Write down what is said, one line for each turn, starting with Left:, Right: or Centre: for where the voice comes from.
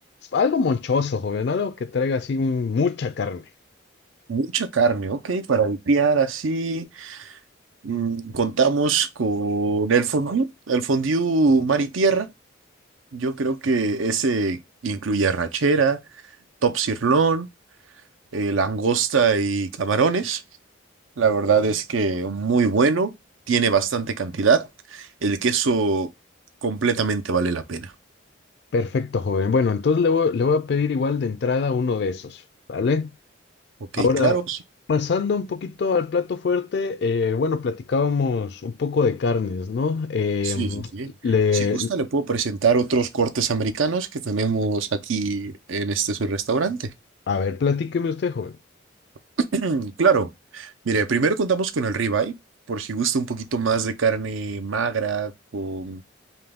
Left: algo monchoso, joven, algo que traiga así mucha carne.
Right: Mucha carne, ok, para dipiar así. mm, contamos con el fondue, el fondue mar y tierra Yo creo que ese incluye arrachera, top sirloin, eh, langosta y camarones. La verdad es que muy bueno, tiene bastante cantidad. El queso completamente vale la pena.
Left: Perfecto, joven. Bueno, entonces le voy, le voy a pedir igual de entrada uno de esos, ¿vale?
Right: Ok,
Left: Ahora,
Right: claro. Sí,
Left: pasando un poquito al plato fuerte, eh, bueno, platicábamos un poco de carnes, ¿no? Eh,
Right: sí, sí. sí.
Left: le,
Right: Si gusta, le puedo presentar otros cortes americanos que tenemos aquí en este su restaurante.
Left: a ver, platíqueme usted, joven.
Right: <clears throat> Claro. Mire, primero contamos con el ribeye, por si gusta un poquito más de carne magra, con